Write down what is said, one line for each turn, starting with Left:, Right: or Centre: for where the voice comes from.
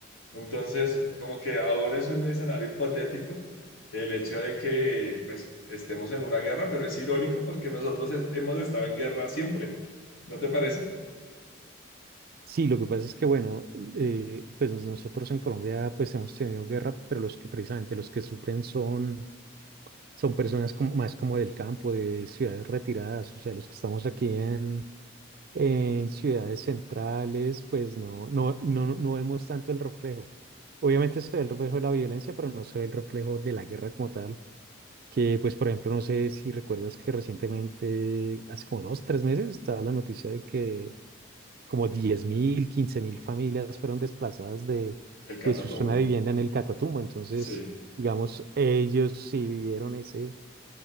Left: Entonces, como que ahora es un escenario hipotético el hecho de que pues, estemos en una guerra, pero es irónico porque nosotros es- hemos estado en guerra siempre. ¿No te parece?
Right: Sí, lo que pasa es que, bueno, eh, pues nosotros en Colombia pues hemos tenido guerra, pero los que precisamente los que sufren son son personas como, más como del campo, de ciudades retiradas, o sea, los que estamos aquí en, en ciudades centrales, pues no, no, no, no vemos tanto el reflejo. Obviamente se ve el reflejo de la violencia, pero no se ve el reflejo de la guerra como tal, que pues por ejemplo, no sé si recuerdas que recientemente, hace como dos, tres meses, estaba la noticia de que como diez mil quince mil familias fueron desplazadas de,
Left: El catatumbo.
Right: de su zona de vivienda en el Catatumbo, entonces,
Left: Sí,
Right: digamos, ellos sí vivieron ese